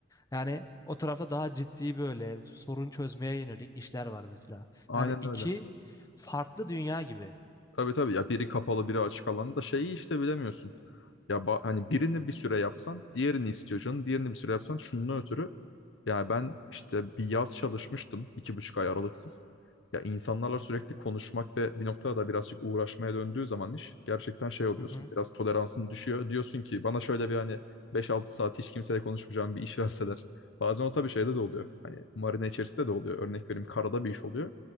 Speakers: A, on the left; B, on the left.
A: Yani o tarafta daha ciddi böyle sorun çözmeye yönelik işler var mesela.
B: Aynen
A: Yani iki
B: öyle.
A: farklı dünya gibi.
B: Tabii tabii ya biri kapalı biri açık alanda da şeyi işte bilemiyorsun. Ya ba- hani birini bir süre yapsan diğerini istiyor canım. Diğerini bir süre yapsan şunun ötürü. Yani ben işte bir yaz çalışmıştım iki buçuk ay aralıksız. Ya insanlarla sürekli konuşmak ve bir noktada da birazcık uğraşmaya döndüğü zaman iş gerçekten şey oluyorsun.
A: Hı hı.
B: Biraz toleransın düşüyor. Diyorsun ki bana şöyle bir hani beş altı saat hiç kimseyle konuşmayacağım bir iş <laughs> verseler. Bazen o tabii şeyde de oluyor. Hani marine içerisinde de oluyor. Örnek vereyim karada bir iş oluyor.